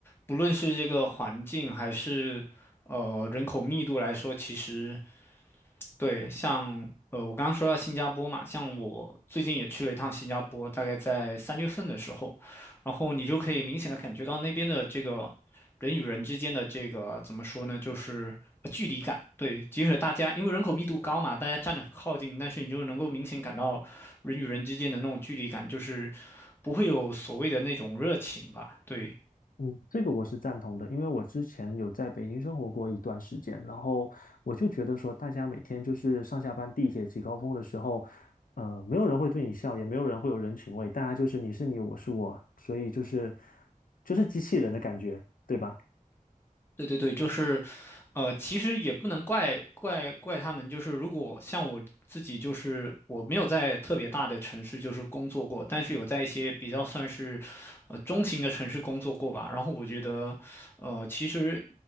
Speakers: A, on the left (about 15°); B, on the left (about 75°).
A: 不论是这个环境还是呃人口密度来说，其实。对，像呃，我刚刚说到新加坡嘛，像我最近也去了一趟新加坡，大概在三月份的时候，然后你就可以明显的感觉到那边的这个人与人之间的这个怎么说呢，就是呃距离感。对，即使大家因为人口密度高嘛，大家站得很靠近，但是你就能够明显感到人与人之间的那种距离感，就是不会有所谓的那种热情吧？对。
B: 嗯，这个我是赞同的，因为我之前有在北京生活过一段时间，然后我就觉得说，大家每天就是上下班地铁挤高峰的时候，呃，没有人会对你笑，也没有人会有人情味，大家就是你是你，我是我，所以就是就是机器人的感觉，对吧？
A: 对对对，就是，呃，其实也不能怪怪怪他们，就是如果像我自己，就是我没有在特别大的城市就是工作过，但是有在一些比较算是，呃，中型的城市工作过吧。然后我觉得，呃，其实。